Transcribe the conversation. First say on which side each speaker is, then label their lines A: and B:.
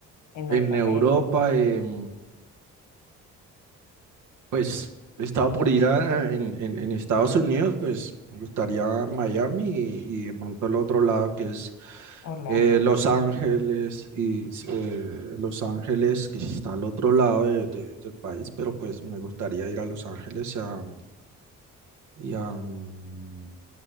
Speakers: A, on the left; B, on the right.
A: en Norteamérica?
B: En Europa, en Pues estaba por ir a, en, en- en Estados Unidos, pues me gustaría Miami y, y de pronto el otro lado que es
A: Orlando,
B: eh,
A: ajá.
B: Los Ángeles y eh, Los Ángeles que está al otro lado de- de- del país, pero pues me gustaría ir a Los Ángeles y a, y a, mm,